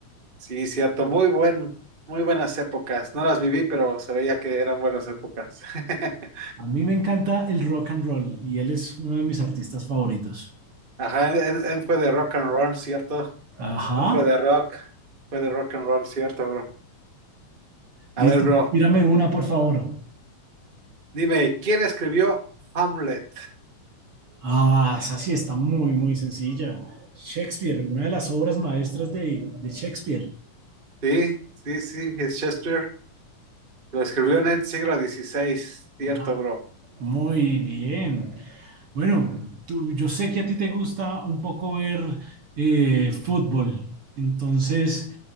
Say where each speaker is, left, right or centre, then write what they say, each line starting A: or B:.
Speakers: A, on the right; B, on the right.
A: Sí, cierto, muy buen, muy buenas épocas. No las viví, pero se veía que eran buenas épocas. <laughs>
B: A mí me encanta el rock and roll y él es uno de mis artistas favoritos.
A: Ajá, él, él- él fue de rock and roll, ¿cierto?
B: Ajá.
A: No fue de rock, fue de rock and roll, ¿cierto, bro?
B: Listo.
A: A ver, bro.
B: Tírame una, por favor.
A: Dime, ¿quién escribió Hamlet?
B: Ah, esa sí está muy, muy sencilla. Shakespeare, una de las obras maestras de, de Shakespeare.
A: Sí, sí, sí, es Shakespeare. Lo escribió en el siglo XVI, cierto,
B: Ah,
A: bro.
B: Muy bien. Bueno, tú, yo sé que a ti te gusta un poco ver eh, fútbol. Entonces,